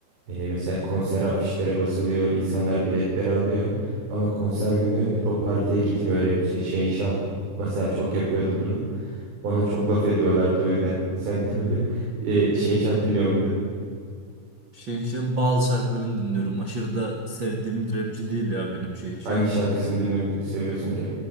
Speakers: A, on the right (about 50°); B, on the right (about 35°).
A: Ee, mesela konser afişlere basılıyor, insanlar biletleri alıyor. Ama konser günü e, o partiye gitmiyor rapçi. Şehinşah mesela çok yapıyordu bunu. Ona çok laf ediyorlardı o yüzden sen <laughs> e, Şehinşah dinliyor muydun?
B: Şehinşah'ın bazı şarkılarını dinliyorum. Aşırı da sevdiğim bir rapçi değil ya benim Şehinşah.
A: Hangi şarkısını dinliyor, seviyorsun ki